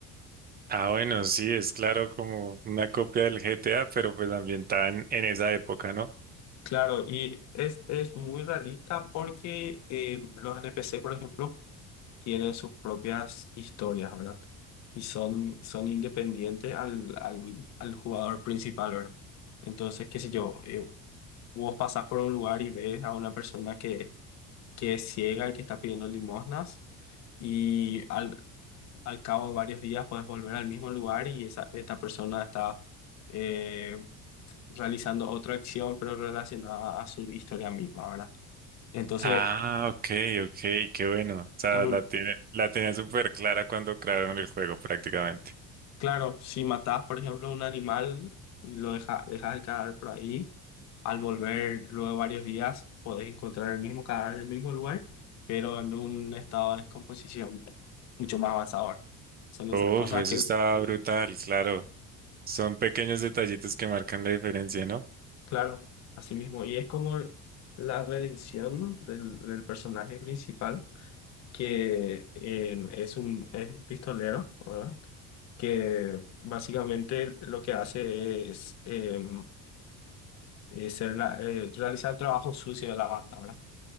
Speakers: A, on the right; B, on the left.
A: Ah, bueno, sí, es claro como una copia del GTA, pero pues ambientada en, en esa época, ¿no?
B: Claro, y es, es muy realista porque eh, los NPC, por ejemplo, tienen sus propias historias, ¿verdad? Y son, son independientes al, al, al jugador principal, ¿verdad? Entonces, qué sé yo, eh, vos pasás por un lugar y ves a una persona que, que es ciega y que está pidiendo limosnas, y al, al cabo de varios días puedes volver al mismo lugar y esa, esta persona está eh, realizando otra acción, pero relacionada a su historia misma, ¿verdad? Entonces,
A: Ah, ok, ok, qué bueno. O sea,
B: es muy
A: la tiene, la tenía súper clara cuando crearon el juego prácticamente.
B: claro, si matás, por ejemplo, un animal y lo deja- dejas el cadáver por ahí, al volver luego de varios días, podés encontrar el mismo cadáver en el mismo lugar, pero en un estado de descomposición mucho más avanzador. Son esas
A: Uf,
B: cosas
A: eso
B: que
A: estaba brutal, claro. Son pequeños detallitos que marcan la diferencia, ¿no?
B: Claro, así mismo. Y es como la redención del, del personaje principal, que eh, es un, es un pistolero, ¿verdad? Que básicamente lo que hace es, eh, es ser la- eh, realizar el trabajo sucio de la banda, ¿verdad?